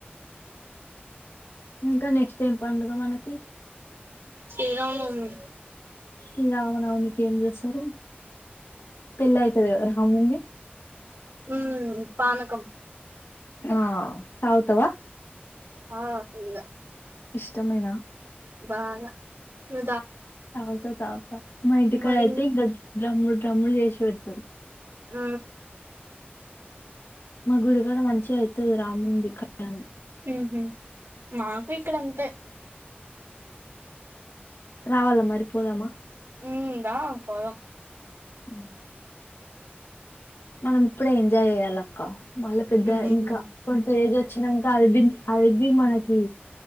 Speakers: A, on the left; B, on the right.
A: ఇంకనే ఏమ్ పండుగ మనకి
B: శ్రీరామానవమి
A: ఈ రామనవమికి ఏం చేస్తారు పెళ్లి ఐతదికదా రాముంది
B: ఉ పానకం
A: ఆ తాగుతవా
B: ఆ ఫుల
A: ఇష్టమేనా
B: బాగా ఉ
A: తఉత తాగ్ తా మా ఇంటి కాడ
B: మరి
A: అయితే ఇగ డ్రముడ్ <unintelligible> డ్రముల చేసి పెడతారు
B: ఊ
A: మా గుడిగాడ మంచి గయితది రామ్ముంది కళ్యాణం
B: ఉహు మాకు ఇకడంతే
A: రావాల మరి పోదమా
B: ఉమ్ దా పోదం
A: ఉ మనం ఇప్పుడే ఎంజాయ్ చెయ్యాలి అక్క మళ్ళా పెద్ద
B: ఉమ్
A: ఇంకా కొంత ఏజ్ వచ్చినన్ అరబి అరబీ మనకి